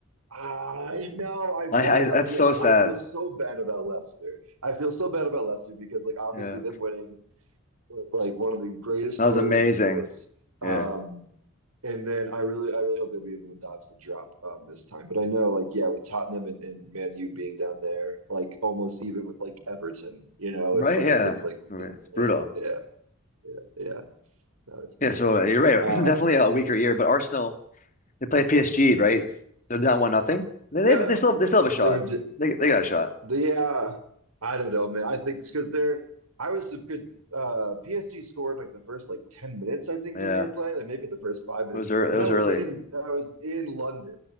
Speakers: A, on the right (about 85°); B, on the left (about 35°).
A: I know. I
B: I,
A: feel
B: I
A: like
B: that's
A: yeah.
B: so sad.
A: I feel so bad about Leicester. I feel so bad about Leicester because like obviously
B: Yeah,
A: them winning was like one of the greatest
B: that
A: stories
B: was amazing.
A: in sports.
B: Yeah,
A: Um, and then I really, I really hope they would be able to dodge the drop um, this time. But I know like yeah, with Tottenham and, and Man U being down there, like almost even with like Everton, you know,
B: right.
A: it's like
B: Yeah,
A: it's like
B: Okay.
A: insane.
B: it's brutal.
A: Yeah, yeah, yeah. No, it's
B: Yeah,
A: insane.
B: so uh, you're right.
A: Um,
B: <clears throat> Definitely a weaker year, but Arsenal they play PSG, right? They're down one nothing. They,
A: yeah,
B: they they still they still have a shot.
A: they're
B: They they got a shot.
A: Yeah, I don't know, man. I think it's because they're. I was because uh, PSG scored like the first like ten minutes, I think,
B: Yeah.
A: when they were playing, like maybe the first five minutes,
B: It was early,
A: and
B: it was
A: that was
B: early.
A: in that was in London,